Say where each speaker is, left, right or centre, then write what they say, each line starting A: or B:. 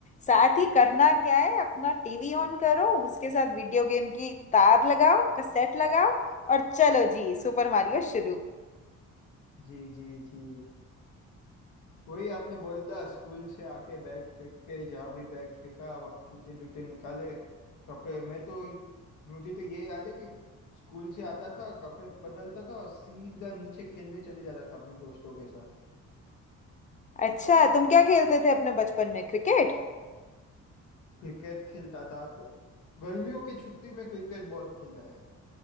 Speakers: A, on the left; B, on the left.
A: साथ ही करना क्या है अपना टीवी ऑन करो उसके साथ वीडियो गेम की तार लगाओ कैसेट लगाओ और चलो जी सुपर मारियो शुरू
B: जी जी जी वही आपने बोला स्कूल से आके बैग फेंक के जहाँ भी बैग फेंका अब जूते जूते निकाले कपड़े मैं तो मुझे तो ये याद है कि स्कूल से आता था कपड़े बदलता था और सीधा नीचे खेलने चले जाता था अपने दोस्तों के साथ
A: अच्छा तुम क्या खेलते थे अपने बचपन में क्रिकेट
B: क्रिकेट खेलता था गर्मियों की छुट्टी में क्रिकेट बहुत खेला है